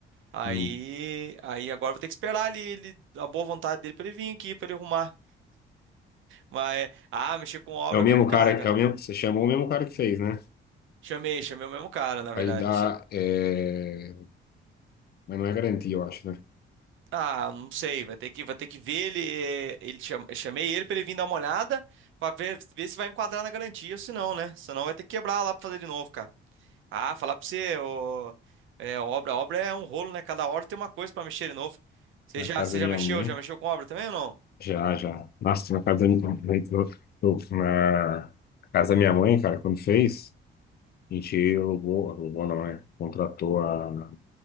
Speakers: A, on the right; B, on the left.
A: Aí,
B: Hum.
A: aí agora vou ter que esperar ele, ele- a boa vontade dele pra ele vir aqui, pra ele arrumar. Mas, ah, mexer com obra
B: É o
A: é
B: mesmo
A: complicado,
B: cara, é
A: cara.
B: o mesmo, você chamou o mesmo cara que fez, né?
A: Chamei, chamei o mesmo cara, na verdade.
B: Aí dá,
A: não sa-
B: é, mas não é garantia, eu acho, né?
A: Ah, não sei, vai ter que, vai ter que ver ele, eh, ele cham- eu chamei ele pra ele vir dar uma olhada, pra ver, ver se vai enquadrar na garantia, ou se não, né? Senão vai ter que quebrar lá pra fazer de novo, cara. Ah, falar pra você, ô, é, obra, obra é um rolo, né? Cada hora tem uma coisa pra mexer de novo. Você
B: Na
A: já,
B: casa
A: você
B: da
A: já
B: minha
A: mexeu?
B: mãe.
A: Já mexeu com obra também ou não?
B: Já, já. Nossa, na casa da minha, eu- eu- na casa da minha mãe, cara, quando fez, a gente alugou, alugou não, né? Contratou a